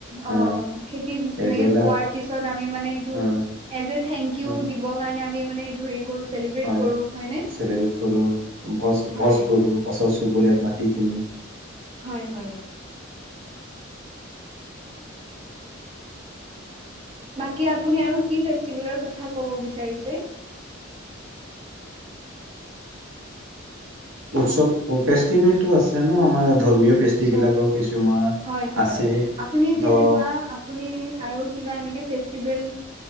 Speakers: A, on the right; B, on the right.
A: অ
B: আহ
A: খেতি সেনেকে
B: এইবিলাক
A: পোৱাৰ পিছত আমি মানে সেইটো
B: আহ
A: as a thank you
B: um,
A: দিবৰ কাৰণে আমি মানে চেলিব্ৰেট
B: হয়
A: কৰো হয়নে?
B: চেলিব্ৰেট কৰো ভোজ
A: হয়।
B: ভোজ কৰো ওচৰ চুবুৰীয়াক মাতি কিনি
A: হয় হয়। বাকী আপুনি আৰু কি ফেষ্টিভেলৰ কথা ক'ব বিচাৰিছে?
B: উৎসৱ ফেষ্টিভেলটো আছে ন আমাৰ ধৰ্মীয় ফেষ্টিভেল
A: উৎসৱ
B: বিলাকৰ কিছুমান
A: হয় হয়
B: আছে
A: আপুনি তেনেকুৱা
B: ধ
A: আপুনি আৰু কিবা এনেকে ফেষ্টিভেল